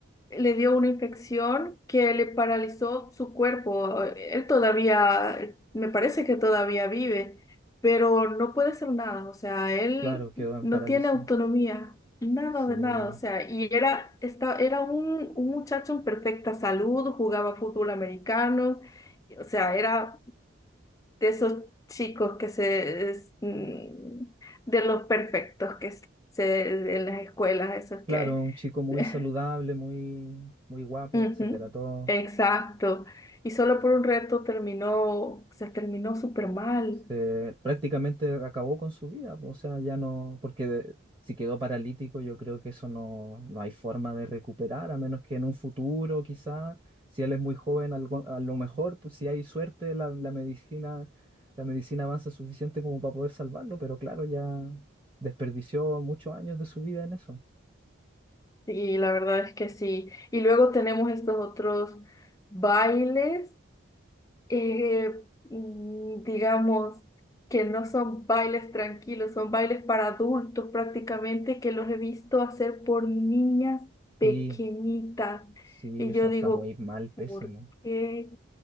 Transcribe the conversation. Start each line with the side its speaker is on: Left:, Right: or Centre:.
Left: le dio una infección que le paralizó su cuerpo. Él todavía, me parece que todavía vive, pero no puede hacer nada. O sea, él
Right: Claro, quedó en
Left: no
Right: parálisis.
Left: tiene autonomía, nada
Right: Sí.
Left: de nada. O sea, y era, esta- era un, un muchacho en perfecta salud, jugaba fútbol americano. O sea, era de esos chicos que se, es, mm, de los perfectos que se, en las escuelas, esos
Right: Claro,
Left: que...
Right: un chico muy
Left: <laughs>
Right: saludable, muy, muy guapo,
Left: Ujú,
Right: etcétera. Todo
Left: Exacto. Y solo por un reto terminó, se terminó súper mal.
Right: se- prácticamente acabó con su vida. O sea, ya no, porque de- si quedó paralítico, yo creo que eso no, no hay forma de recuperar, a menos que en un futuro, quizá, si él es muy joven, algo- a lo mejor, pues, si hay suerte, la, la medicina, la medicina avanza suficiente como para poder salvarlo. Pero claro, ya desperdició muchos años de su vida en eso.
Left: Y la verdad es que sí. Y luego tenemos estos otros bailes, eh, mm, digamos, que no son bailes tranquilos, son bailes para adultos prácticamente, que los he visto hacer por niñas pequeñitas.
Right: Sí, sí,
Left: Y
Right: eso
Left: yo
Right: está
Left: digo,
Right: muy mal, pésimo.
Left: ¿por qué?